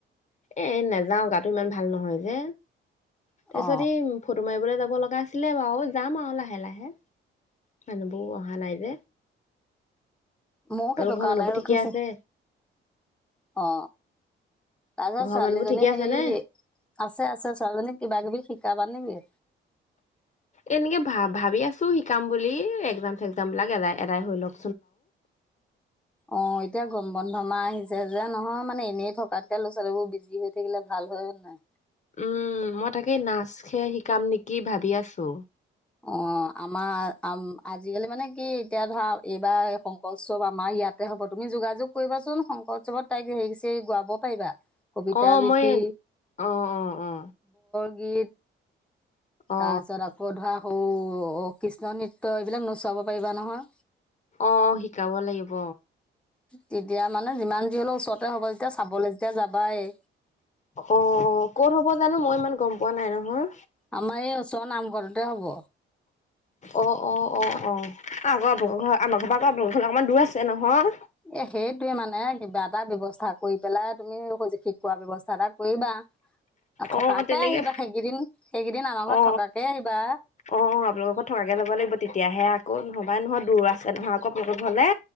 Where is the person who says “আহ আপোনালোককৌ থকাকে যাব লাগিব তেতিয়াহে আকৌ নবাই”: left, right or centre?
Left